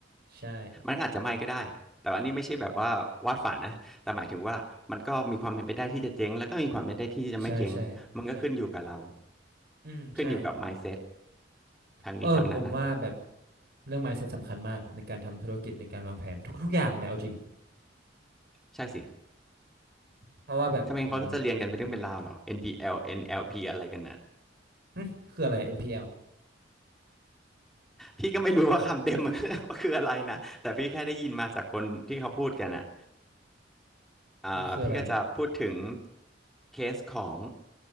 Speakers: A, on the right (about 60°); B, in the centre.
A: ใช่
B: มันอาจจะไม่ก็ได้แต่ว่าอันนี้ไม่ใช่แบบว่าวาดฝันนะแต่หมายถึงว่ามันก็มีความเป็นไปได้ที่จะเจ๊งแล้วก็มีความเป็นไปได้ที่จะไม่เจ๊งมันก็ขึ้นอยู่กับเรา
A: ใช่ใช่ใช่อืมใช่
B: ขึ้นอยู่กับ mindset ทางนี้ทางนั้นนะ
A: เออผมว่าแบบเรื่อง mindset สำคัญมากในการทำธุรกิจในการวางแผนทุกๆอย่างเลยเอาจริง
B: ใช่สิ
A: เพราะว่าแบบผม
B: ทำไมเขาก็จะเรียนกันเป็นเรื่องเป็นราวเหรอ NPL NLP อลเอ็นแอลพีอะไรกันน่ะ
A: อืมคืออะไร NPL
B: พี่ก็ไม่รู้ว่าคำเต็ม <laughs> มัน <laughs> ว่าคืออะไรนะ แต่พี่แค่ได้ยินมาจากคนที่เขาพูดกันอ่ะอ่าพี่ก็จะพูดถึง
A: มันคืออะไรอะ
B: เคสของ